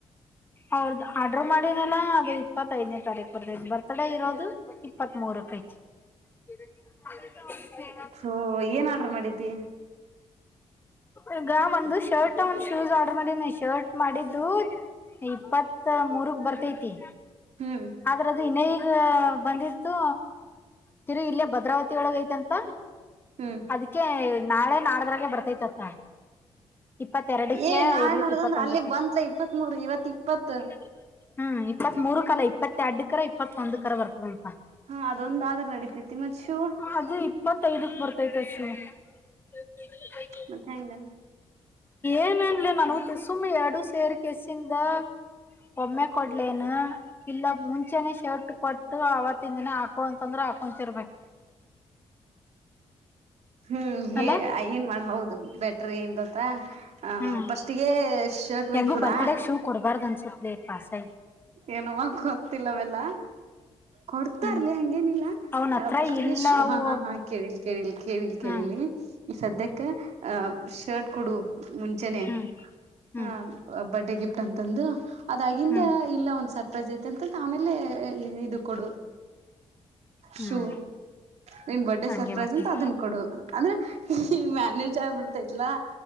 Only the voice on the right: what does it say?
ಸೋ ಏನ್ ಆರ್ಡ್ರ ಮಾಡಿದ್ದಿ
ಹ್ಮ್
ಹ್ಮ್
ಏ ನಾಳೆ
ನಡ್ದಂದ್ರ
ಅಲ್ಲೇ ಬಂತ್ಲ ಇಪ್ಪತ್ ಮೂರ್ ಇವತ್ ಇಪ್ಪತ್
ಹಾ ಅದೊಂದ್ದಾದ್ರೆ ನಡಿತೈತಿ ಮತ್ ಶೂ
ಮತ್ತೆ ಹೆಂಗ
ಹ್ಮ್ ಹ
ಏನ್ ಮಾಡ ಹೌದು ಬೆಟ್ರಿ ಎನ್ ಗೊತ್ತಾ ಅ
ಫಸ್ಟ್ಗೆ ಶರ್ಟ್
ಒಯ್ದ್ ಕೂಡ
ಏನವ ಗೊತ್ತಿಲ್ಲವೆಲ್ಲ ಕೊಡ್ತಾರ್ಲಿ
ಹಂಗೇನಿಲ್ಲ
ಪಸ್ಟ್ಗೆ
ಶ
ಹಾ ಹಾ ಹಾ ಕೇಳಿ. ಕೇಳಿಲಿ ಕೇಳಿಲಿ ಕೇಳಿಲಿ
ಈಗ ಸದ್ಯಕ್ಕೆ ಹ ಶರ್ಟ್ ಕೊಡು ಮುಂಚೆನೆ
ಹ ಬರ್ಡೇ ಗಿಫ್ಟ್ ಅಂತಂದು ಅದ್ ಇಂದ
ಇಲ್ಲ ಒಂದ್ ಸರ್ಪ್ರೈಸ್ ಐತೆ ಅಂತಂತ ಆಮೇಲೆ ಇದು ಕೊಡು
ಶೂ ನಿನ್ ಬರ್ಡೇ
ಸರ್ಪ್ರೈಸ್
ಅಂತ ಅದನ್ ಕೊಡು ಅಂದ್ರೆ ಈ ಮ್ಯಾನೇಜ್ ಆಗ್ಬಿಡ್ತೈತ್ಲಾ